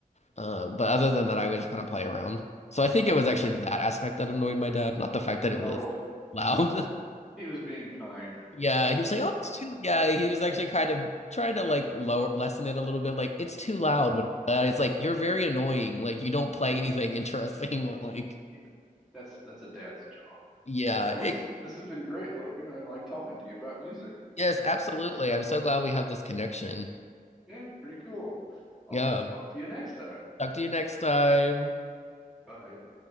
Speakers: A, on the left (about 50°); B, in the centre.
A: Uh, but other than that, I would just kind of play around. So I think it was actually that aspect that annoyed my dad, not the fact that it
B: Oh,
A: was loud. <laughs>
B: he was being kind.
A: Yeah, he was like,
B: <laughs>
A: "Oh, it's too." Yeah, he was actually kind of trying to like lower lessen it a little bit. Like it's too loud. But uh, it's like you're very annoying. Like you don't play anything interesting <laughs> or like
B: Yeah, that's that's a dad's job.
A: yeah. It,
B: Well, this is this has been great, Logan. I like talking to you about music.
A: yes, absolutely. I'm so glad we have this connection.
B: Yeah, pretty cool. I'll
A: Yeah.
B: talk to you next time.
A: Talk to you next time.
B: Bye.